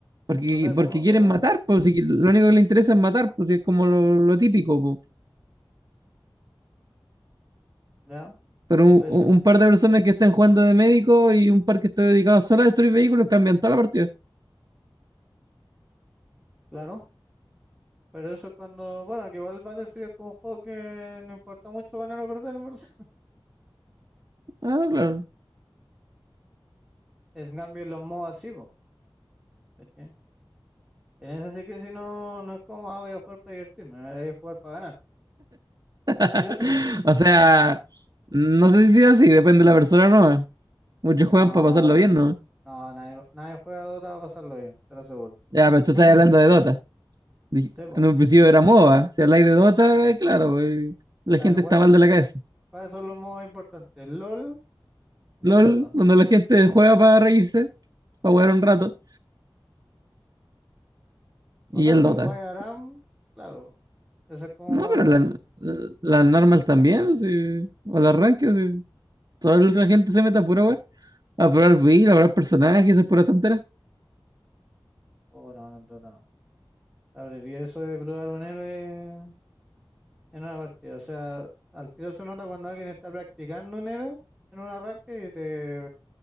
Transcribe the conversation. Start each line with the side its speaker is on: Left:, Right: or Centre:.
Right: Porque,
Centre: O sea,
Right: porque
Centre: ¿cómo,
Right: quieren
Centre: cómo?
Right: matar, pues si lo único que les interesa es matar, pues es como lo, lo típico, po.
Centre: Ya,
Right: Pero un,
Centre: puede
Right: un
Centre: ser,
Right: par de personas que están jugando de médico y un par que está dedicado solo a destruir vehículos cambian toda la partida.
Centre: claro. Pero eso es cuando, bueno, que igual el Battlefield es como un juego que no importa mucho ganar o perder, en verdad. <laughs>
Right: Ah, no, claro.
Centre: En cambio, en los modos así, po, ¿cachai? En eso sí que si no, no es como, ah, voy a jugar para divertirme, voy a jugar para ganar.
Right: <laughs>
Centre: Sí o sí.
Right: O sea,
Centre: <laughs>
Right: no sé si sea así, depende de la persona, ¿no? Muchos juegan
Centre: No,
Right: para pasarlo bien, ¿no?
Centre: no, nadie, nadie juega a Dota para pasarlo bien, te lo aseguro.
Right: Ya, pero tú
Centre: <laughs>
Right: estás hablando de Dota. Dij-
Centre: Sí, po.
Right: En un principio era MOBA. Si habláis de Dota, claro, pues, la
Centre: A
Right: gente
Centre: ver, ¿cuáles
Right: está mal de la cabeza.
Centre: Para eso es lo más importante, el LOL y
Right: LOL,
Centre: el Dota.
Right: donde la gente juega para reírse, para jugar un rato,
Centre: O
Right: y
Centre: sea,
Right: el
Centre: si
Right: Dota.
Centre: jugáis Aram, claro, eso es como
Right: No,
Centre: para
Right: pero
Centre: wearnos.
Right: la- la- las normal también, sí. O las arranque, sí. Toda la gente se mete a pura weá. A probar build, a probar personajes, es pura tontera.
Centre: O no, en el Dota no. Abreví eso de probar un héroe en una partida. O sea, al tiro se nota cuando alguien está practicando un héroe en un arranque y te,